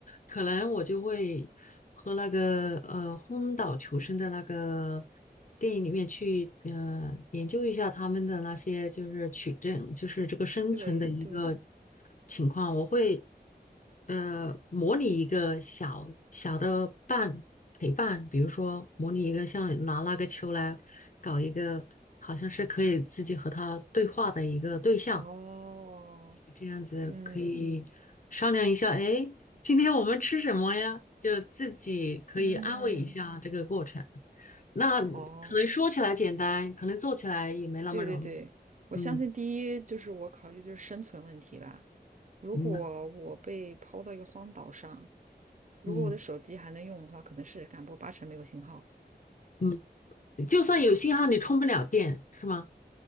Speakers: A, on the left; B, on the right.
A: 可能我就会和那个呃荒岛求生的那个电影里面去呃研究一下他们的那些就是取证，就是这个生存的一个
B: 对对，
A: 情况。我会呃模拟一个小小的伴陪伴，比如说模拟一个像拿那个球来搞一个，好像是可以自己和他对话的一个对象。
B: 哦，
A: 这样子可以商量一下，
B: 嗯
A: 哎，今天我们吃什么呀？就自己可以安慰一嗯下这个过程。
B: 嗯，
A: 那可能说起来简单，
B: 哦。
A: 可能做起来也没那么容易。
B: 对对对，我相信第一就是我考虑的是生存问题吧。
A: 嗯
B: 如果我被抛到一个荒岛上，
A: 嗯
B: 如果我的手机还能用的话，
A: 嗯
B: 可能是试看，不过八成没有信号。
A: 嗯，就算有信号，你充不了电，是吗？